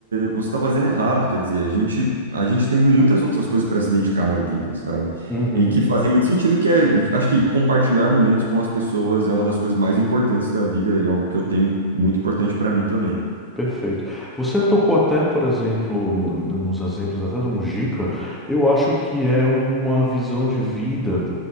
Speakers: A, on the right; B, in the centre.
A: você está fazendo errado, quer dizer, a gente a gente tem muitas outras coisas para se dedicar na vida, sabe?
B: Entendido.
A: E que fazem muito sentido, que é, acho que compartilhar momentos com as pessoas é uma das coisas mais importantes da vida, é algo que eu tenho muito importante para mim também.
B: Perfeito. Você tocou até, por exemplo, n- n- nos exemplos até do Mujica, eu acho que é uma visão de vida,